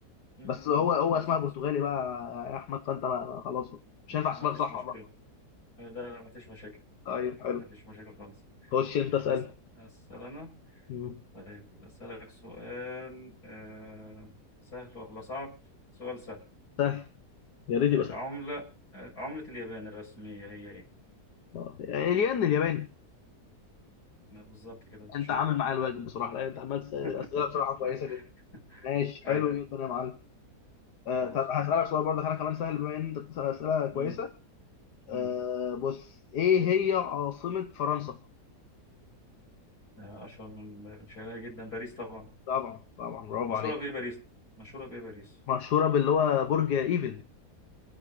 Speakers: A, on the left; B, on the left.
A: مم،
B: بس هو
A: مم،
B: هو
A: بالظبط
B: اسمها برتغالي بقى يا احمد فانت ما ما- خلاص مش
A: ما
B: هينفع اسمها
A: فيش
B: صح
A: مشكلة
B: والله
A: لا لا ما فيش مشاكل
B: طيب حلو
A: ما فيش مشاكل خالص
B: خش انت اسال
A: أس- أسأل أنا
B: مم.
A: طيب أسألك سؤال آه، سهل ولا صعب سؤال سهل
B: سهل يا ريت
A: آه،
B: يبقى سهل
A: عملة آه، عملة اليابان الرسمية هي إيه؟
B: آه، الين الياباني
A: آه، بالظبط كده أنت
B: انت
A: شاطر
B: عامل معايا الواجب بصراحه لان انت عمال تسال
A: <laughs>
B: اسئله بصراحه كويسه جدا ماشي
A: أي
B: حلو جدا يا معلم آه
A: خلاص
B: طب هسالك
A: ماشي
B: سؤال برضه انا كمان سهل بما ان انت بتسال اسئله
A: مم.
B: كويسه آه
A: مم.
B: بص ايه هي عاصمه فرنسا
A: آه، اشهر من شهرها جدا باريس طبعا
B: طبعا طبعا برافو
A: مشهوره
B: عليك
A: بايه باريس مشهوره بايه باريس
B: مشهوره باللي هو برج ايفل